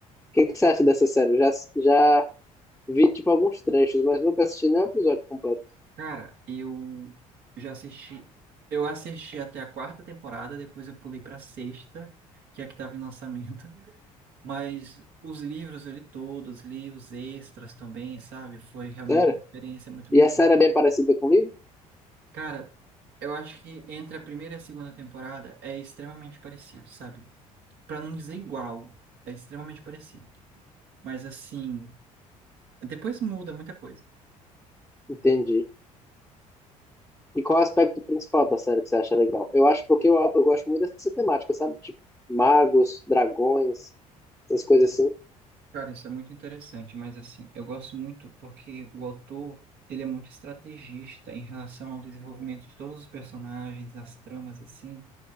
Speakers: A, in the centre; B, on the right.
A: que que você acha dessa série? Eu Já, já vi, tipo, alguns trechos, mas nunca assisti nenhum episódio completo.
B: Cara, eu já assisti. Eu assisti até a quarta temporada, depois eu pulei pra sexta, que é a que tava em lançamento. Mas os livros eu li todos, li os extras também, sabe? Foi realmente
A: Sério?
B: uma experiência muito
A: E
B: boa.
A: a série é bem parecida com o livro?
B: Cara, eu acho que entre a primeira e a segunda temporada é extremamente parecido, sabe? Pra não dizer igual, é extremamente parecido. Mas assim, depois muda muita coisa.
A: Entendi. E qual é o aspecto principal da série que você acha legal? Eu acho porque eu, eu gosto muito dessa temática, sabe? Tipo, magos, dragões, essas coisas assim.
B: Cara, isso é muito interessante, mas assim, eu gosto muito porque o autor, ele é muito estrategista em relação ao desenvolvimento de todos os personagens, as tramas, assim.